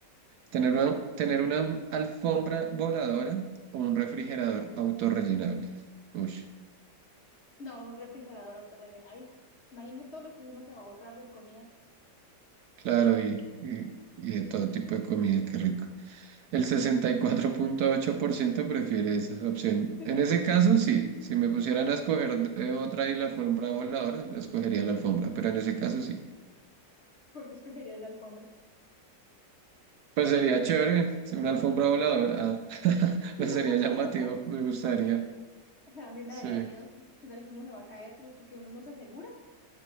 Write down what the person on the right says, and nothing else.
¿Tener una, tener una alfombra voladora o un refrigerador autorrellenable? Uy,
claro, y, y- y de todo tipo de comida, qué rico. El sesenta y cuatro punto ocho por ciento prefiere esa opción.
En ese caso, sí, si me pusieran a escoger de otra y la alfombra voladora, la escogería la alfombra, pero en ese caso sí.
Pues sería chévere, si una alfombra voladora, ah, <laughs>
pues sería llamativo, me gustaría.
Sí.